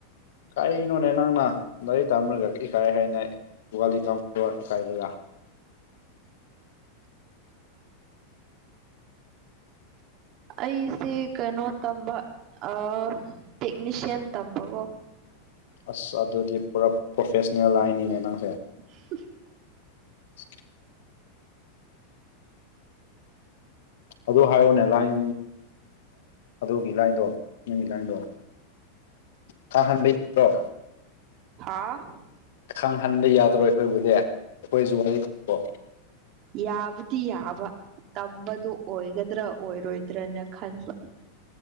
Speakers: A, on the left; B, on the right.
A: ꯀꯔꯤꯅꯣꯅꯦ ꯅꯪꯅ ꯂꯥꯏꯔꯤꯛ ꯇꯥꯝꯃꯔꯒ ꯏꯀꯥꯏ ꯍꯥꯏꯅ ꯒꯥꯂꯤ ꯇꯥꯃꯣ ꯏꯀꯥꯏꯔꯒ
B: ꯑꯩꯁꯦ ꯀꯩꯅꯣ ꯇꯝꯕ ꯑꯥ ꯇꯦꯛꯅꯤꯁꯤꯌꯥꯟ ꯇꯝꯕꯀꯣ
A: ꯑꯁ ꯑꯗꯨꯗꯤ ꯄꯨꯔꯥ ꯄ꯭ꯔꯣꯐꯦꯁꯅꯦꯜ ꯍꯥꯏꯅꯤꯅꯦ ꯅꯪꯁꯦ
B: <unintelligible>
A: <unintelligible> ꯑꯗꯨ ꯍꯥꯏꯔꯛꯑꯣꯅꯦ ꯂꯥꯏꯟ ꯑꯗꯨꯒꯤ ꯂꯥꯏꯟꯗꯣ ꯅꯪꯒꯤ ꯂꯥꯏꯟꯗꯣ <unintelligible>
B: ꯍꯥꯥ
A: ꯈꯪꯍꯟꯕ ꯌꯥꯗꯔꯣ ꯑꯩꯈꯣꯏꯕꯨꯗꯤ ꯑꯩꯈꯣꯏꯁꯨ ꯋꯥꯔꯤꯗꯣ
B: ꯌꯥꯕꯨꯗꯤ ꯌꯥꯕ ꯇꯝꯕꯗꯣ ꯑꯣꯏꯒꯗ꯭ꯔꯣ ꯑꯣꯏꯔꯣꯏꯗ꯭ꯔꯅ ꯈꯟꯕ